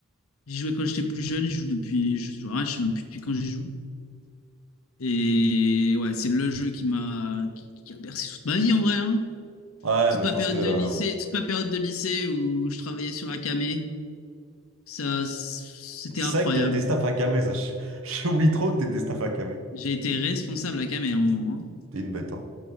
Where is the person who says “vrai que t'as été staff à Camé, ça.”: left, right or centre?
Right